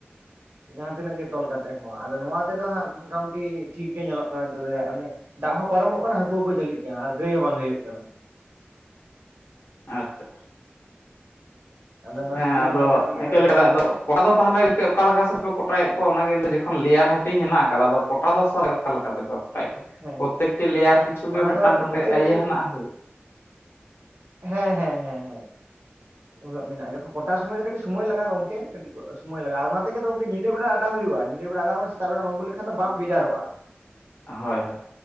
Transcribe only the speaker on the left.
<unintelligible>
ᱦᱮᱸ
ᱟᱫᱚ
ᱤᱱᱠᱟᱹ
ᱞᱮᱠᱟᱫᱚ
ᱟᱫᱚ ᱠᱚᱴᱟ ᱫᱚ ᱛᱟᱦᱚᱞᱮᱠ ᱚᱠᱟᱞᱮᱠᱟ ᱥᱮᱫ ᱯᱮ ᱠᱚᱴᱟᱭᱮᱫ ᱚᱱᱟᱜᱮ ᱡᱚᱠᱷᱚᱱ ᱞᱮᱭᱟᱨ ᱦᱟᱹᱴᱤᱧ ᱦᱮᱱᱟᱜ ᱟᱠᱟᱫᱟ ᱟᱫᱚ ᱠᱚᱴᱟ ᱫᱚ ᱥᱟᱞ ᱚᱠᱟ ᱞᱮᱠᱟᱛᱮ ᱯᱮ ᱟᱹᱜᱩ ᱠᱚᱣᱟ ᱠᱚᱴᱟᱭᱮᱜ ᱠᱚ
ᱯᱨᱚᱛᱛᱮᱠᱴᱤ ᱞᱮᱭᱟᱨ ᱯᱤᱪᱷᱩ ᱜᱮ
ᱢᱤᱫᱴᱟᱝ
ᱠᱟᱛᱮᱫ
ᱤᱭᱟᱹ
ᱦᱮᱱᱟᱜᱼᱟᱥᱮ
ᱦᱳᱭ ᱦᱳᱭ